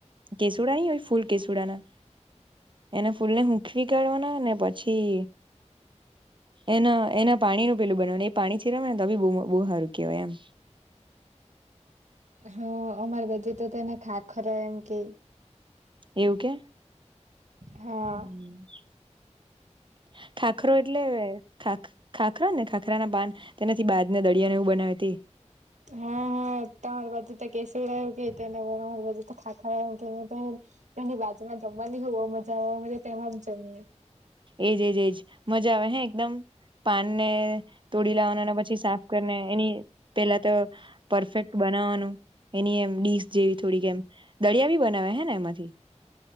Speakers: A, on the right; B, on the right.
A: કેસુડા ની હોય ફૂલ કેસુડાના એને ફૂલ ને હૂખવી કાઢવાના ને પછી એના એના પાણીનું પેલું બનાવાનું એ પાણી છીરવાનું ને તો બોહ હારું કહેવાય એમ <inaudible>
B: હા અમારે બાજુ જે તો એને ખાખરા એમ કે
A: એવું કે
B: હા
A: હમ <inaudible> ખાખરો એટલે ખાખરો ને ખાખરા ના પાન તેનાથી બાજ ને દળિયા ને એવું બનાવે તે
B: હા હા તમારી બાજુ તો કેસુડો એવું કે તો <unintelligible> અમારી બાજુ તો ખાખરો એવું કે <unintelligible> એની બાજુમાં જમવાની બોહ મજા આવે અમે તો તેમાં જ જમીએ
A: એજ એજ એજ મજા આવે હે એકદમ પાન ને તોડી લાવવાના અને પછી સાફ કરીને એની પેલા તો પરફેક્ટ બનાવવાનું. એની એમ ડીસ જેવી થોડીક એમ દળિયા બી બનાવે હે ને એમાંથી.